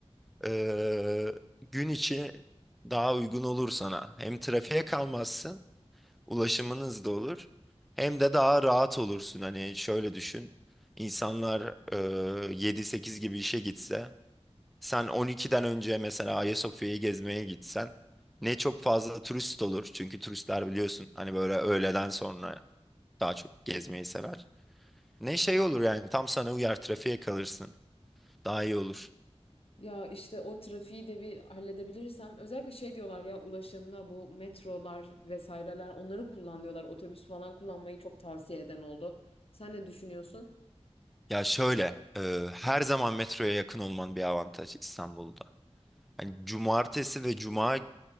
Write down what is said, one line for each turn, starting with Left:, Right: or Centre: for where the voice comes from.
Centre: eee, gün içi daha uygun olur sana. Hem trafiğe kalmazsın, ulaşımınız da olur. Hem de daha rahat olursun. Hani şöyle düşün. İnsanlar eee 7-8 gibi işe gitse sen 12'den önce mesela Ayasofya'yı gezmeye gitsen ne çok fazla turist olur. Çünkü turistler biliyorsun hani böyle öğleden sonra daha çok gezmeyi sever. Ne şey olur yani tam sana uyar trafiğe kalırsın. Daha iyi olur.
Left: Ya işte o trafiği de bir halledebilirsem özellikle şey diyorlar ya ulaşımda bu metrolar vesaireler onları kullan diyorlar. Otobüs falan kullanmayı çok tavsiye eden oldu. Sen ne düşünüyorsun?
Centre: Ya şöyle e, her zaman metroya yakın olman bir avantaj İstanbul'da. Hani cumartesi ve cuma